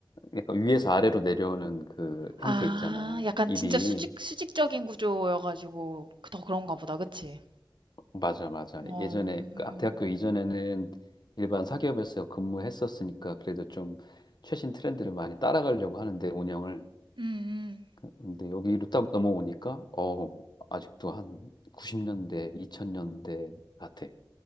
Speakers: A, on the left; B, on the right.
A: 약간 위에서 아래로 내려오는 그 형태
B: 아,
A: 있잖아.
B: 약간
A: 일이.
B: 진짜 수직 수직적인 구조여가지고 그, 더 그런가 보다, 그치?
A: 맞아, 맞아.
B: 어,
A: 예전에,
B: 음,
A: 그 대학교 이전에는 일반 사기업에서 근무했었으니까 그래도 좀 최신 트렌드를 많이 따라가려고 하는데, 운영을.
B: 음. 음.
A: 근데 여기로 딱 넘어오니까, 어, 아직도 한 90년대, 2000년대 같아.